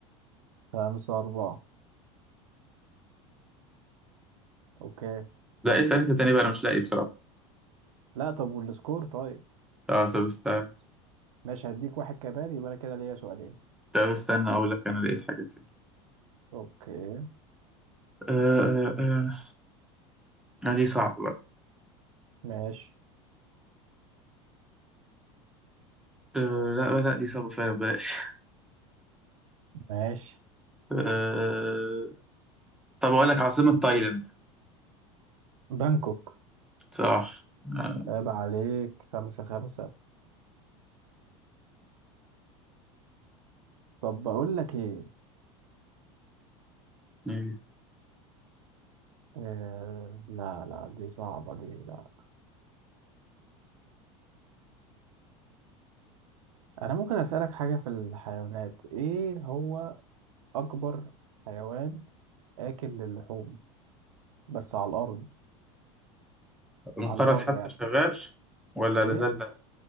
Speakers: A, on the right (about 90°); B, in the centre.
A: خمسة أربعة أوكي
B: لا اسأل انت تاني بقى انا مش لاقي بصراحة
A: لا طب والسكور طيب
B: اه طب استنى
A: ماشي هديك واحد كمان يبقى أنا كده ليا سؤالين
B: طب استنى اقول لك انا لقيت حاجة تاني
A: أوكي
B: آه آه آه آه، دي صعبة بقى
A: ماشي
B: آه لا لا دي صعبة فعلا بلاش
A: ماشي
B: آه طب اقول لك عاصمة تايلاند
A: بانكوك
B: صح آه.
A: عيب عليك خمسة خمسة طب بقول لك إيه
B: إيه.
A: آه لا لا دي صعبة دي لا أنا ممكن أسألك حاجة في الحيوانات إيه هو أكبر حيوان آكل للحوم؟ بس على الارض
B: انقرض
A: على البر
B: حتى
A: يعني
B: شغال ولا
A: ايه
B: لازال